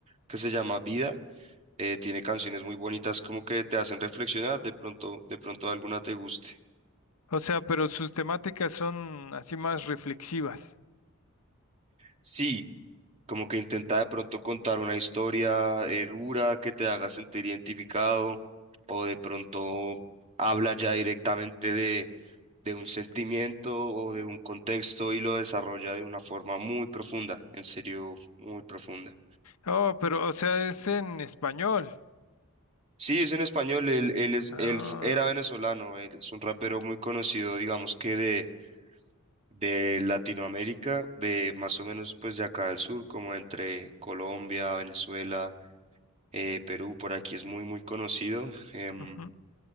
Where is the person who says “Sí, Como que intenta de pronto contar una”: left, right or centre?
Right